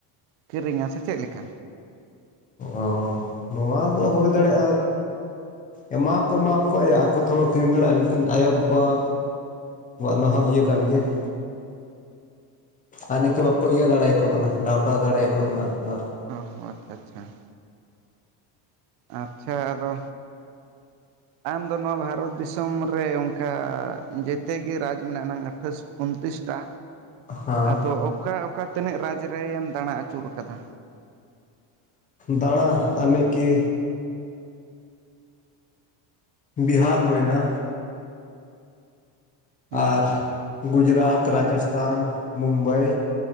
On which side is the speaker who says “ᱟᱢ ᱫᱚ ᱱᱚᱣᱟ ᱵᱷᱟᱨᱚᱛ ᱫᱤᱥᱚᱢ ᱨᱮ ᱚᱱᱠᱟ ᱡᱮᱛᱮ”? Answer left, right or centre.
Right